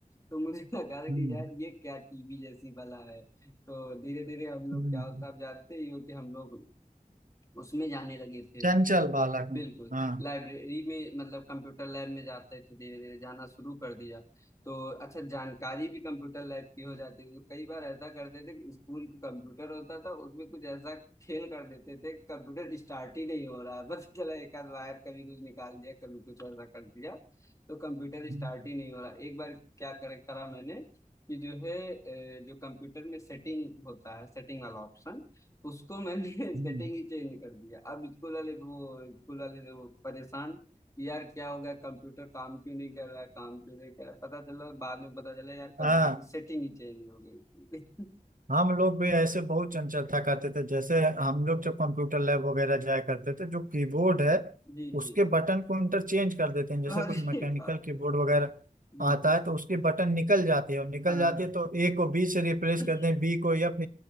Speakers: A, on the left (about 20°); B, on the right (about 70°).
A: तो मुझे <laughs> लगा था
B: हम्म,
A: कि यार ये क्या टीवी जैसी भला है तो धीरे धीरे हम लोग
B: हम्म,
A: क्या होता आप जानते ही हो कि हम लोग उसमें जाने लगे थे
B: चंचल बालक
A: बिल्कुल
B: हाँ
A: लाइब्रेरी में मतलब कंप्यूटर लैब में जाते थे धीरे धीरे जाना शुरू कर दिया तो अच्छा जानकारी भी कंप्यूटर लैब की हो जाती थी कई बार ऐसा करते थे कि स्कूल का कंप्यूटर होता था उसमें कुछ ऐसा खेल कर देते थे कंप्यूटर स्टार्ट ही नहीं हो रहा है <laughs> पता चला एक आध वायर कभी कुछ निकाल दिया कभी कुछ ऐसा कर दिया तो कंप्यूटर
B: हम्म,
A: स्टार्ट ही नहीं हो रहा एक बार क्या कर करा मैंने कि जो है अ, जो कंप्यूटर में सेटिंग होता है सेटिंग वाला ऑप्शन उसको मैंने <laughs> सेटिंग
B: हम्म,
A: ही चेंज कर दिया अब स्कूल वाले वो स्कूल वाले वो परेशान कि यार क्या हो गया कंप्यूटर काम क्यों नहीं कर रहा काम क्यों नहीं कर रहा पता चला बाद में पता चला यार कंप्यूटर
B: हाँ
A: की सेटिंग ही चेंज हो गई थी <laughs>
B: हम लोग भी ऐसे बहुत चंचलता करते थे जैसे हम लोग जब कंप्यूटर लैब वगैरह जाया करते थे जो कीबोर्ड है
A: जी जी
B: उसके बटन को इंटरचेंज कर देते हैं जैसे
A: अरे
B: कुछ मैकेनिकल
A: बाप
B: कीबोर्ड
A: रे
B: वगैरह
A: जी
B: आता
A: जी
B: है तो उसकी बटन निकल जाती है और निकल
A: हाँ
B: जाती
A: हाँ
B: है तो ए को बी से रिप्लेस
A: <laughs>
B: कर दें बी को एफ